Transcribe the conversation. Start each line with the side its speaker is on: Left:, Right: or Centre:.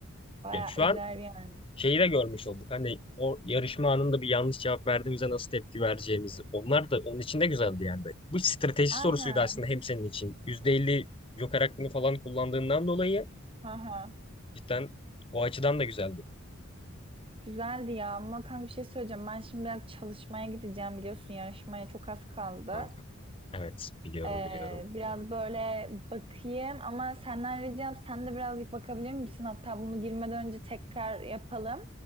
Right: Baya
Left: Ya şu
Right: üzer
Left: an
Right: yani.
Left: şeyi de görmüş olduk. Hani o yarışma anında bir yanlış cevap verdiğimizde nasıl tepki vereceğimizi. Onlar da onun için de güzeldi yani. Böyle. Bu strateji
Right: Aynen.
Left: sorusuydu aslında hem senin için. %50 joker hakkını falan kullandığından dolayı
Right: Aha.
Left: cidden o açıdan da güzeldi.
Right: Güzeldi ya ama kanka bir şey söyleyeceğim. Ben şimdi biraz çalışmaya gideceğim biliyorsun yarışmaya çok az kaldı.
Left: Kanka. Evet biliyorum
Right: Ee,
Left: biliyorum.
Right: biraz böyle bakayım ama senden ricam sen de birazcık bakabilir misin? Hatta bunu girmeden önce tekrar yapalım.